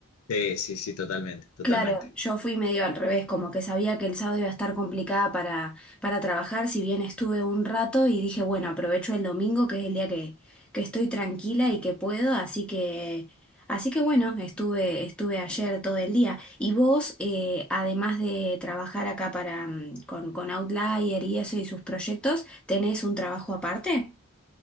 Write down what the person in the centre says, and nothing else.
Claro, yo fui medio al revés, como que sabía que el sábado iba a estar complicada para, para trabajar, si bien estuve un rato y dije, bueno, aprovecho el domingo, que es el día que, que estoy tranquila y que puedo, así que, así que bueno, estuve, estuve ayer todo el día. Y vos, eh, además de trabajar acá para, mm, con, con Outlier y eso y sus proyectos, ¿tenés un trabajo aparte?